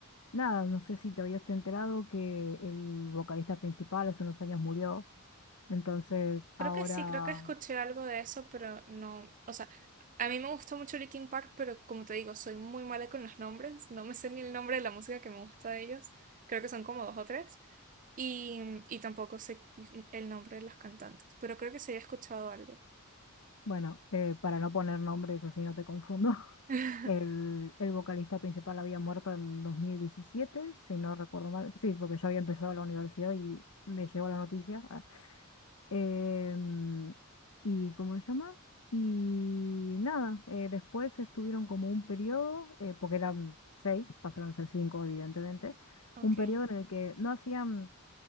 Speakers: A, on the left; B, on the right.
A: Nada, no sé si te habías enterado que el vocalista principal hace unos años murió, entonces
B: Creo
A: ahora,
B: que sí, creo que escuché algo de eso, pero no, o sea, a mí me gusta mucho Linkin Park, pero como te digo, soy muy mala con los nombres, no me sé ni el nombre de la música que me gusta de ellos, creo que son como dos o tres, y, y tampoco sé el nombre de los cantantes, pero creo que sí he escuchado algo.
A: bueno, eh, para no poner nombres así no te confundo, <laughs>
B: <laughs>
A: el, el vocalista principal había muerto en 2017 si no recuerdo mal, sí, porque yo había empezado la universidad y me llegó la noticia. Em, y cómo se llama y nada eh, después estuvieron como un periodo eh, porque eran seis pasaron a ser cinco evidentemente
B: Ok.
A: un periodo en el que no hacían